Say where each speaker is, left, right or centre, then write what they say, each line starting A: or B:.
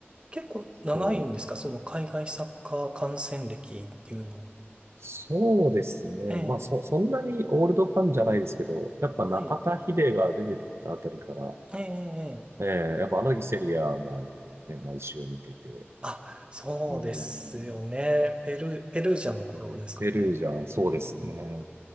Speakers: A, on the right; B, on the right.
A: 結構長いんですかその海外サッカー観戦歴っていうのは。
B: そう、そうですね。
A: ええ、
B: まあ、そ、そんなにオールドファンじゃないですけど、やっぱ中田秀が出てたあたりから、
A: はい。ええ、ええ
B: ええやっぱあの日セリアも、ね、毎週見てて、
A: あ、そうですよね。
B: うーん。
A: ペル、ペルージャの頃ですかね。
B: ですね。ペルージャ、そうですね。
A: うん。